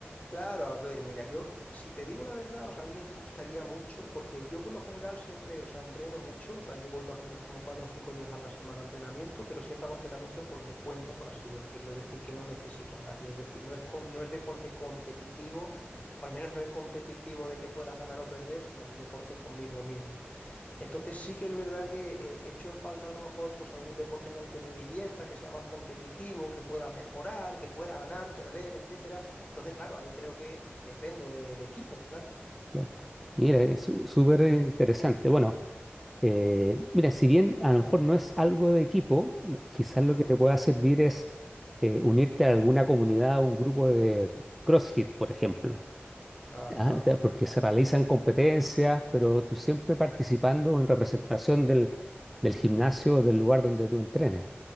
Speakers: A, on the left; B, in the centre.
A: Claro, a ver, mira, yo si te digo la verdad, o sea, a mí me gustaría mucho, porque yo por lo general siempre, o sea, entreno mucho, o sea, yo voy más o menos como cuatro o cinco días a la semana a entrenamiento, pero siempre hago entrenamiento por mi cuenta, por así decirlo, es decir, que no necesito a nadie, es decir, no es, com- no es deporte competitivo, o al menos no es competitivo de que puedas ganar o perder, sino es un deporte conmigo mismo. Entonces sí que es verdad que eh, echo en falta a lo mejor pues algún deporte en el que me divierta, que sea más competitivo, que pueda mejorar, que pueda ganar, perder, etcétera. Entonces, claro, ahí creo que dependo de, de equipo, claro.
B: Claro. Mira, es su- súper interesante. Bueno, eh, mira, si bien a lo mejor no es algo de equipo, lo- quizás lo
A: Ujú.
B: que te pueda servir es eh, unirte a alguna comunidad, un grupo de CrossFit, por ejemplo,
A: Ajá.
B: Ah, te- porque se realizan competencias, pero tú siempre participando en representación del, del gimnasio, del lugar donde tú entrenes.